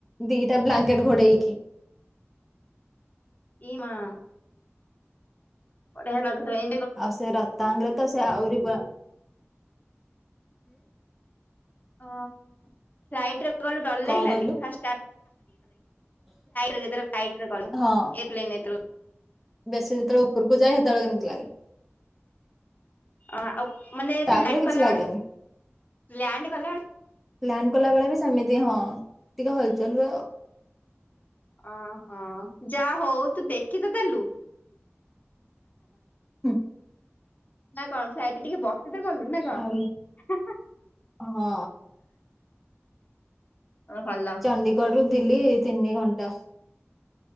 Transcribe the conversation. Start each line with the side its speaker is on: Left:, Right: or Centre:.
Centre: ଦିଟା ବ୍ଲାଙ୍କେଟ ଘୋଡେଇକି
Left: କି ମଠ? ବଢିଆ ଲାଗୁଥ ଏ
Centre: ଆଉ ସେ ରତାଙ୍ଗରେ ତ ସେ ଆହୁରି ପା
Left: ଓ ଫ୍ଲାଇଟ୍ ରେ ଗଲୁ ଡର
Centre: କଣ
Left: ଲାଗିଲାନି।
Centre: କହିଲୁ
Left: ଖାଇ ରତର ଖାଇଟ ର କ ଏତନ
Centre: ହଁ
Left: ଏତ <unintelligible>
Centre: ବେଶୀ ଯେତେବେଳେ ଉପରକୁ ହେତୋଳେ କେମିତି
Left: ଅଁ ଆଉ ମାନେ ଯେତେବେଳେ
Centre: ତାପରେ
Left: ଲ୍ୟାଣ୍ଡ
Centre: କିଛି
Left: କଲା
Centre: ଲାଗେନି
Left: ବେଳେ ଲ୍ୟାଣ୍ଡ କଲା
Centre: ଲ୍ୟାଣ୍ଡ କଲାବେଳେ ବି ସେମିତି ହଁ ଟିକେ ହଲଚଲ ହୁଏ ଆଉ।
Left: ଓହୋ ଯା ହୋଉ ତୁ ଦେଖି ତ ଦେଲୁ।
Centre: ହୁଁ <inaudible>
Left: ନା କଣ ଫ୍ଲାଇଟ ଟିକେ ବସି ତ ଗଲୁ ନା କଣ?
Centre: ଆଉ। ହଁ
Left: ଓ ଭଲ
Centre: ଚଣ୍ଡିଗଡ଼ରୁ ଦିଲି ତିନି ଘଣ୍ଟା